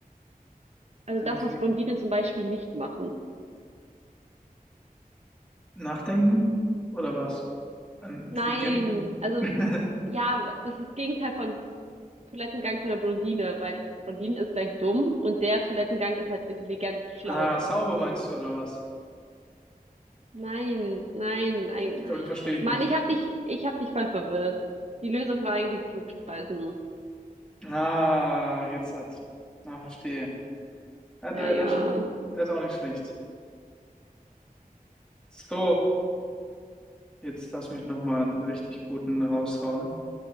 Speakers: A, on the right; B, in the centre.
A: also
B: ein
A: das,
B: Intelli
A: was Blondinen zum Beispiel nicht machen.
B: Nachdenken? Oder was? Einen intelligenten?
A: Nein, also
B: <laughs>
A: ja, das ist das Gegenteil von Toilettengang von der Blondine, weil Blondine ist gleich dumm und der Toilettengang ist halt intelligent, schlau.
B: Ah, sauber meinst du, oder was?
A: Nein, nein, nein.
B: Ich glaube,
A: Ach,
B: den verstehe ich
A: Mann,
B: nicht.
A: ich hab dich, ich hab dich voll verwirrt. Die Lösung war eigentlich klugscheißen.
B: Ah, jetzt hat. Ah, verstehe. Ja,
A: Ja,
B: der,
A: ja.
B: der ist schon, der ist auch nicht schlecht. So, jetzt lass mich nochmal einen richtig guten raushauen.